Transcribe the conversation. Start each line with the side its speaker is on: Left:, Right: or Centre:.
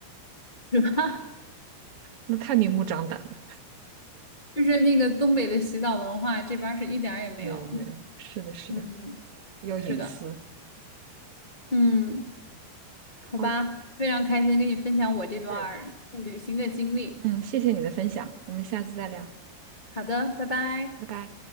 Left: 是吧？<laughs>
Right: 那太明目张胆了。
Left: 就是那个东北的洗澡文化，这边儿是一点儿也没有。
Right: 没有没有，是的，是的，
Left: 嗯，
Right: 要隐私。
Left: 是的，嗯，好吧，
Right: 好，
Left: 非常开心跟你分享我这段儿旅行的经历。
Right: 嗯嗯，谢谢你的分享，我们下次再聊，
Left: 好的，拜拜。
Right: 拜拜。